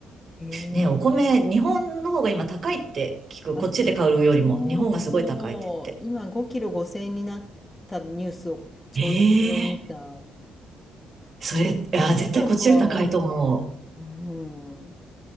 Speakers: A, on the left; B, on the right.
A: ん。へえ。
B: ね、お米、日本の方が今高いって聞く。
A: あ
B: こっちで買うよりも、
A: そうそう。
B: 日本がすごい高いって言って。
A: 今5キロ5千円になったニュースをちょうど昨日見た。
B: ええそれ、
A: すごい高
B: あ、絶対こっちより高いと思う。
A: い。うん。